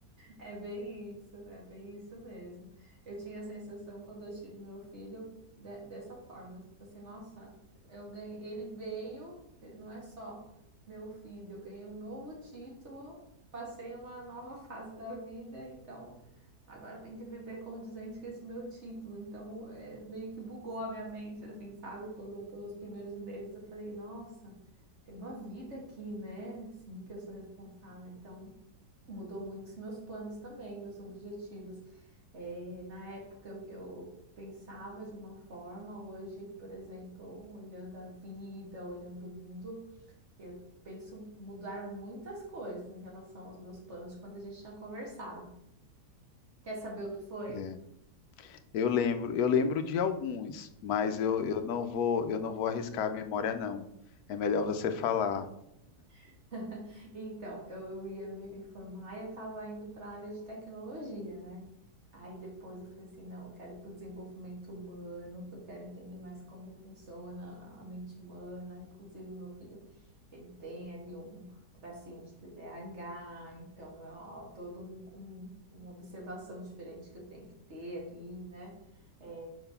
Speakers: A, on the right; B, on the left.
A: É bem isso, é bem isso mesmo. Eu tinha a sensação quando eu tive meu filho de- dessa forma, tipo assim, nossa, eu ganhei, ele veio, ele não é só meu filho, eu ganhei um novo título, passei uma nova fase da vida, então agora eu tenho que viver condizente com esse meu título. Então, é, meio que bugou a minha mente, assim, sabe? Por um, pelos primeiros meses eu falei, nossa, tem uma vida aqui, né? Assim, que eu sou responsável, então mudou muito os meus planos também, meus objetivos. Eh, na época eu, eu pensava de uma forma, hoje, por exemplo, olhando a vida, olhando o mundo, eu penso, mudaram muitas coisas em relação aos meus planos de quando a gente tinha conversado. Quer saber o que foi?
B: É. Eu lembro, eu lembro de alguns, mas eu, eu não vou, eu não vou arriscar a memória, não. É melhor você falar.
A: <laughs> Então, eu eu ia me me formar e eu estava indo para a área de tecnologia, né? Aí depois eu falei assim, não, eu quero ir para o desenvolvimento humano, que eu quero entender mais como funciona a mente humana. Inclusive, meu filho, ele tem ali um um tracinho de T D A H então é ó, todo um, um- uma observação diferente que eu tenho que ter ali, né? É,